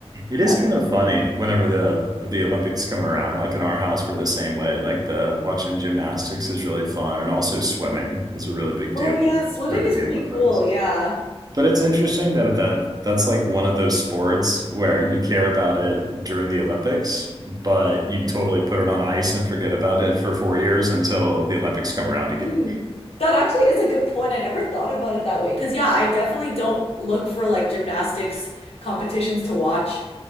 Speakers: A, on the right (about 40°); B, on the left (about 70°).
A: It is
B: That'd
A: kind
B: be
A: of
B: pretty
A: funny
B: cool.
A: whenever the the Olympics come around. Like in our house, we're the same way. Like the watching gymnastics is really fun, and also swimming is a really big
B: Oh
A: deal
B: yeah, swimming
A: during
B: is
A: the
B: pretty
A: Olympics.
B: cool. Yeah.
A: But it's interesting that that that's like one of those sports where you care about it during the Olympics, but you totally put it on ice and forget about it for four years until the Olympics come around again.
B: Hmm. That actually is a good point. I never thought about it that way. Because, yeah, I definitely don't look for like gymnastics competitions to watch